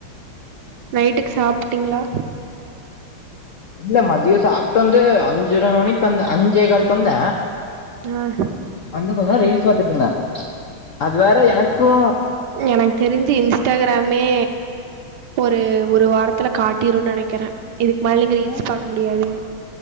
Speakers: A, on the right; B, on the left.
A: நைட்டுக் சாப்ட்டீங்ளா
B: இல்ல மத்தியோ சாப்ட்டு வந்து ஆ அஞ்சர மணிக்கு வந்த அஞ் ஞ்சே கால்க்கு வந்த
A: ஆ
B: வந்து கொஞ்சோ நேரோ ரீல்ஸ் பாத்துட்ருந்த அது வேற எனக் கோ
A: எனக் தெரிஞ்சி இன்ஸ்டாகிராமே ஒரு ஒரு வாரத் த்துல காட்டிருன்னு நெனைக்கிற இதுக்கு மேல நீங்க ரீல்ஸ்
B: ஏ
A: பாக்க முடியாதுன்னு